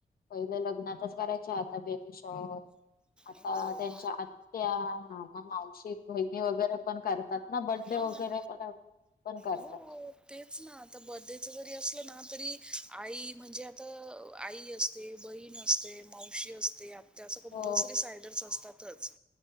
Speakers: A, on the left; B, in the centre.
A: पहिले लग्नातच करायचे. आता बेबी शॉवर, आता
B: हो
A: त्यांच्या आ- -त्या, मामा, मावशी, बहिणी वगैरे पण करत- <inaudible> तात ना? बर्थ डे
B: हा
A: वगैरे आपला पण करतात.
B: हो तेच ना. आता बर्थ डे च जरी असलं ना तरी आई म्हणजे आता आई अस- -ते बहीण असते. मावशी असते आप- ते असं कंपल्सरी
A: हो
B: सायडर्स असतातच.